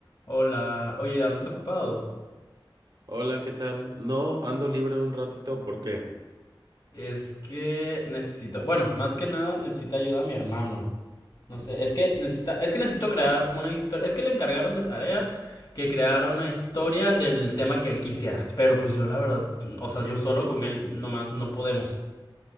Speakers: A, on the left; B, on the right.
A: Hola, oye, ¿andas ocupado?
B: Hola, ¿qué tal? No, ando libre un ratito, ¿por qué?
A: Es que necesito, bueno, más que nada necesita ayuda a mi hermano. No sé, es que necesita, es que necesito crear una historia, es que le encargaron de tarea que creara una historia del tema que él quisiera, pero pues yo la verdad, o sea, yo solo con él nomás no podemos.